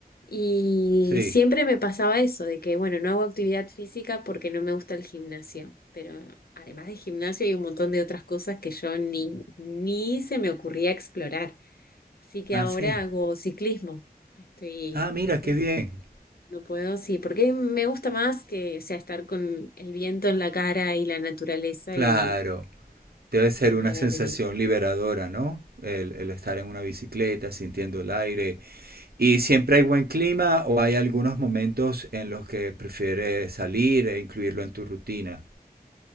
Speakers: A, on the left (about 70°); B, on the right (about 75°).
A: Y
B: sí.
A: siempre me pasaba eso, de que, bueno, no hago actividad física porque no me gusta el gimnasio, pero además de gimnasio hay un montón de otras cosas que yo ni, ni se me ocurría explorar. Así que
B: Ah,
A: ahora
B: sí.
A: hago ciclismo. Estoy,
B: Ah,
A: a
B: mira,
A: veces
B: qué bien.
A: no puedo, sí, porque me gusta más que, o sea, estar con el viento en la cara y la naturaleza
B: Claro,
A: y
B: debe ser
A: más
B: una
A: al
B: sensación
A: aire libre.
B: liberadora, ¿no? El, el estar en una bicicleta, sintiendo el aire. ¿Y siempre hay buen clima o hay algunos momentos en los que prefieres salir e incluirlo en tu rutina?